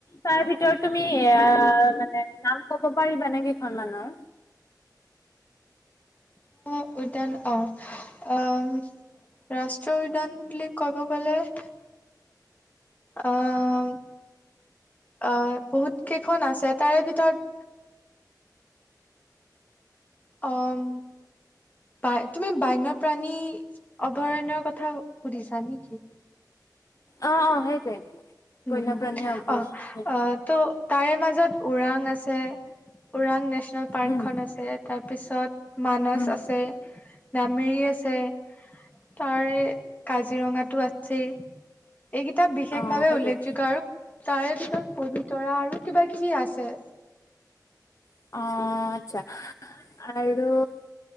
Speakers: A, on the left (about 45°); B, on the left (about 25°).
A: তাৰ ভিতৰত তুমি এ মানে নাম ক'ব পাৰিবানে কেইখনমানৰ?
B: অ উদ্যান অঁ' আম- ৰাষ্ট্ৰীয় উদ্যান বুলি ক'ব গ'লে- অঁ' অঁ, বহুত কেইখন আছে তাৰ ভিতৰত- অঁম। পায়, তুমি বান্যপ্ৰাণী অভয়াৰণ্যৰ কথা সুধিছা নেকি?
A: অঁ অঁ সেইটোৱে।
B: উম'
A: বন্যপ্ৰাণী
B: উম'
A: অভয়াৰণ্য
B: অ' অ'। ত' তাৰে মাজত ওৰাং আছে ওৰাং নেশচনেল পাৰ্কখন
A: উম
B: আছে। তাৰপিছত মানস
A: উম
B: আছে। নামেৰি আছে তাৰে কাজিৰঙা টো আছেই। এই গেইতাত বিশেষ
A: অ'
B: ভাৱে
A: সেইটোৱে
B: উল্লেখযোগ্য আৰু তাৰে ভিতৰত পবিতৰা আৰু কিবা কিবি আছে।
A: অঁ আৎচ্ছা আৰু-